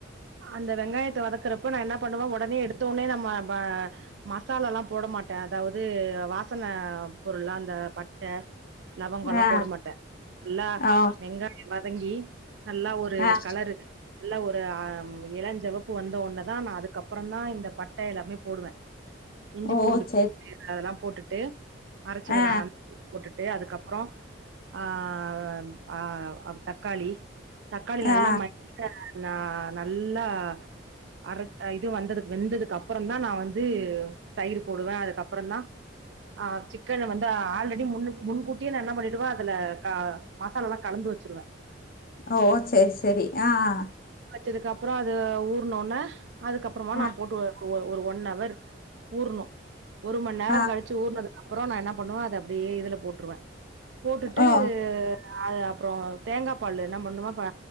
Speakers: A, on the right (about 65°); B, on the left (about 50°).
A: அந்த வெங்காயத்த வதக்கறப்போ நா என்ன பண்ணுவ உடனே எடுத்தோட்னே நம்ம ம மசால எல்லாம் போட மாட்ட அதாவது வாசன பொருள்லா அந்த பட்ட லவங்கோல்லா
B: ஆ
A: போட மாட்ட நல்லா
B: ஓ
A: வெங்காயோ வதங்கி நல்லா ஒரு
B: ஆ
A: கலரு நல்ல ஒரு ஆஹ் இளஞ்செவப்பு வந்த ஒட்னேதா நா அதுக்கப்புறோந்தா இந்த பட்ட எல்லாமே போடுவ இஞ்சி
B: ஓ
A: பூண்டு்
B: சேரி
A: பேஸ்ட்டு எல்லா அதெல்லா போட்டுட்டு அரச்சதெல்லா
B: ஆ
A: போட்டுட்டு அதுக்கப்புறோ ஆஹ் ஆஹ் தக்காளி தக்காளி
B: ஆ
A: நல்லா <unintelligible> நா நல்லா அரச் ஹ இது வந்ததுக் வெந்ததுக்கு அப்புறந்தா நா வந்து தயிர் போடுவ அதுக்கப்புறந்தா அஹ் சிக்கன வந்து ஆல்ரெடி முன்னுக் முன்கூட்டியே நா என்ன பண்ணிடுவ அதுல க மசாலலா கலந்து வச்சிருவே
B: ஓ செரி செரி ஆஹ்
A: வச்சதுக்கு அப்புறோ அது ஊற்னொன்ன அதுக்கப்புறமா நா
B: ஆ
A: போட்டு ஒ ஒரு ஒன் அவர் ஊறுணு ஒரு மண் நேரோ
B: ஆ
A: கழிச்சு ஊற்ணதுக் அப்புறோ நா என்னப் பண்ணுவோ அத அப்டியே இதுல போட்டுருவ போட்டுட்டு
B: ஓ
A: அஹ் அது அப்றோ தேங்கா பால்ல என்ன பண்ணுவோபா